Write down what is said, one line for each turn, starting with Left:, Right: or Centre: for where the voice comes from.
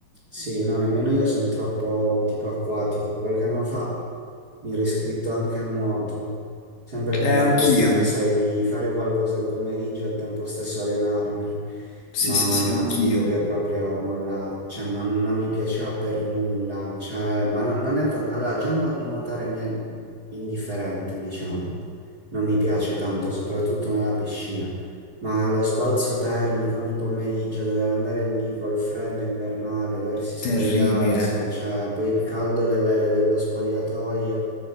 Right: Sì, no, nemmeno io sono troppo un tipo acquatico. Qualche anno fa mi ero iscritto anche a nuoto, sempre per
Left: Eh,
Right: la
Left: anch'io.
Right: questione, sai, di fare qualcosa al pomeriggio e al tempo stesso allenarmi.
Left: Sì,
Right: Ma
Left: sì, sì,
Right: no,
Left: anch'io.
Right: ti dico che è proprio molla, cioè non, non mi piaceva per nulla. Cioè, ma no- non è tanto. Allora, già nu- nuotare mi è indifferente, diciamo. Non mi piace tanto, soprattutto nella piscina. Ma lo sbalzo termico ogni pomeriggio, dover andare lì col freddo invernale, doversi spogliare,
Left: Terribile,
Right: sai, cioè, poi il caldo delle- dello spogliatoio,